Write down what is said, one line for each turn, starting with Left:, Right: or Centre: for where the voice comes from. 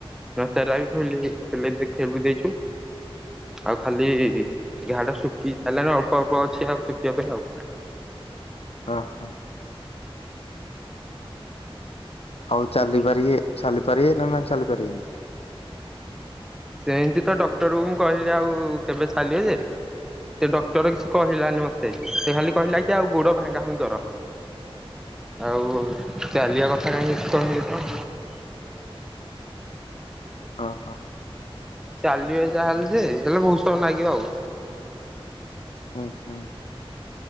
Centre: ନା ସାର ଆଜି ଖୋଲିବି ଖୋଲି ଦେଖି ବି ଦେଇଛୁ। ଆଉ ଖାଲି ଘାଆ ଟା ଶୁଖି ସାରିଲାଣି ଅଳ୍ପ ଅଳ୍ପ ଅଛି ଆଉ ଶୁଖିବା ପାଇଁ ଆଉ।
Left: ଅ ହୋ। ଆଉ ଚାଲି
Centre: ଶୁଖି
Left: ପାରିବେ ଚାଲି ପାରିବେ ନା ନା ଚାଲି ପାରିବେନି?
Centre: ସେମିତି ତ ଡକ୍ଟର କୁ ମୁଁ କହିଲି ଆଉ କେବେ ଚାଲିବ ଯେ? ସେ ଡକ୍ଟର କିଛି କହିଲାନି ମତେ ସେ ଖାଲି କହିଲା କି ଆଉ ଗୋଡ ଭାଙ୍ଗା ଭୁଙ୍ଗୀ କର। ଆଉ ଚାଲିବା କଥା କାହିଁ କିଛି କହିନି ତ। ହ
Left: ହଁ ହଁ।
Centre: ଚାଲିବେ ଯାହା ହେଲେ ଯେ ହେଲେ ବହୁତ ସମୟ ନାଗିବ ଆଉ।
Left: ହୁଁ ହୁଁ